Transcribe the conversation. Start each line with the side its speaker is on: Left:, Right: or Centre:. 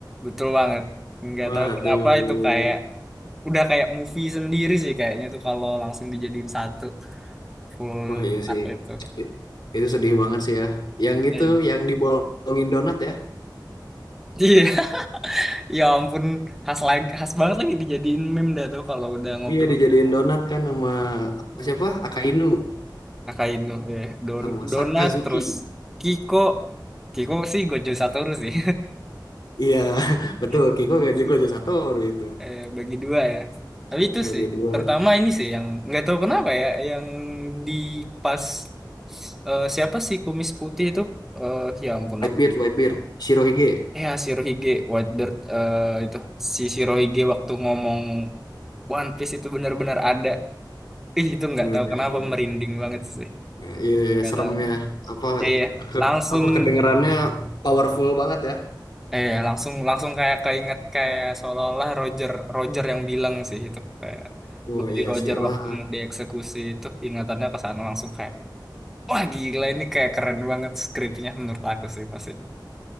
Centre: betul banget nggak
Left: Waduh.
Centre: tahu kenapa itu kayak udah kayak movie sendiri sih kayaknya tuh kalau langsung dijadiin satu full
Left: Wah iya sih.
Centre: art itu.
Left: I- Itu sedih banget sih ya. Yang itu,
Centre: Iya.
Left: yang dibolongin donat ya.
Centre: Iya, <laughs> ya ampun khas lagi khas banget lagi dijadiin meme dah tuh kalau udah ngobrol
Left: Iya dijadiin donat kan sama
Centre: Don
Left: siapa? Akainu
Centre: Akainu ya Don
Left: sama Sakazuki.
Centre: Donat terus Kiko Kiko sih Gojo Satoru sih
Left: Iya, <laughs> betul.
Centre: <laughs>
Left: Kiko
Centre: Bijutsu
Left: gak juga Satoru itu.
Centre: eh, bagi dua ya tapi itu
Left: Bagi
Centre: sih
Left: dua.
Centre: terutama ini sih yang nggak tahu kenapa ya yang di pas eh, siapa sih kumis putih itu eh ya ampun
Left: Whitebeard,
Centre: aku
Left: Whitebeard. Shirohige.
Centre: Ya, Shirohige, White Bird, eh, itu si Shirohige waktu ngomong One Piece itu benar-benar ada. Ih, itu nggak
Left: Oh,
Centre: tahu
Left: iya
Centre: kenapa
Left: sih.
Centre: merinding banget sih.
Left: Ya, iya, iya,
Centre: Nggak
Left: serem
Centre: tahu.
Left: ya. Apa
Centre: Iya,
Left: ke-
Centre: langsung
Left: apa kedengerannya powerful banget ya?
Centre: eh ya, langsung langsung kayak keinget kayak seolah-olah Roger Roger yang bilang sih itu kayak
Left: Oh
Centre: gue
Left: iya
Centre: di Roger
Left: sih, wah,
Centre: waktu mau dieksekusi itu ingatannya ke sana langsung kayak wah gila ini kayak keren banget skripnya menurut aku sih pasti